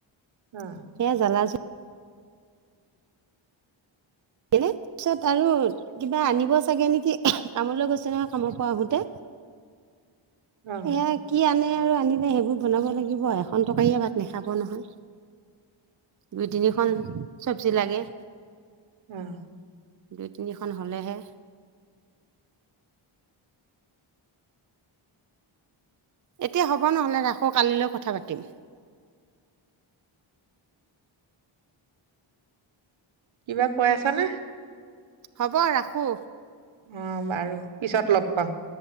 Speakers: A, on the right (about 70°); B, on the right (about 40°).
A: অ
B: সেয়া জ্বালাজো এনে পিছত আৰু কিবা আনিব চাগে নেকি। কামলৈ গৈছে নহয় কামৰ পৰা আহোতে।
A: অ
B: এ কি আনে আৰু আনিলে সেইবোৰ বনাব লাগিব এখন টকাৰিয়ে ভাত নাখাব নহয়। দুই তিনিখন চবজি লাগে।
A: উম
B: দুই তিনিখন হ'লেহে। এতিয়া হ'ব নহলে ৰাখো কালিলৈ কথা পাতিম।
A: কিবা কৈ আছা নে?
B: হব ৰাখো।
A: অ বাৰু পিছত লগ পাম।